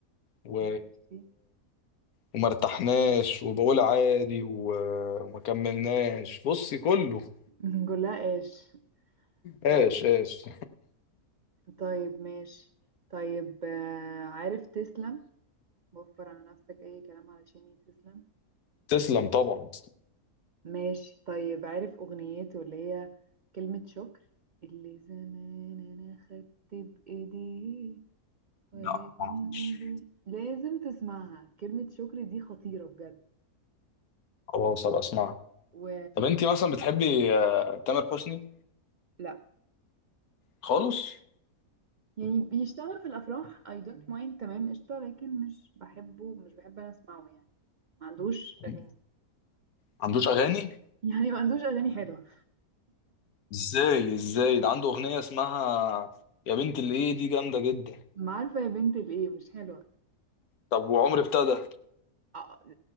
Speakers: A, on the left (about 80°); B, on the right (about 75°).
A: و...
B: ماشي <laughs>
A: وما ارتحناش وبقول عادي و... وما كملناش بصي كله
B: نقول لها ايش طيب
A: ايش ايش
B: طيب ماشي طيب آه، عارف تسلم وفر على نفسك اي كلام علشان تسلم
A: تسلم طبعا
B: ماشي طيب عارف اغنيته اللي هي كلمة شكر اللي زمان انا خدت بايديه ولكن
A: لا ما أعرفش.
B: ايدي لازم تسمعها كلمة شكر دي خطيرة بجد
A: خلاص هبقى اسمعها
B: و
A: طب انت مثلا بتحبي آه، تامر حسني
B: لا
A: خالص
B: يعني بيشتغل في الافراح I don't mind تمام قشطه لكن مش بحبه مش بحب انا اسمعه يعني ما عندوش اغاني
A: ما عندوش اغاني
B: يعني ما عندوش اغاني حلوه
A: ازاي ازاي ده عنده اغنيه اسمها يا بنت الايه دي جامده جدا
B: ما عارفه يا بنت الايه مش حلوه
A: طب وعمر ابتدى
B: آه،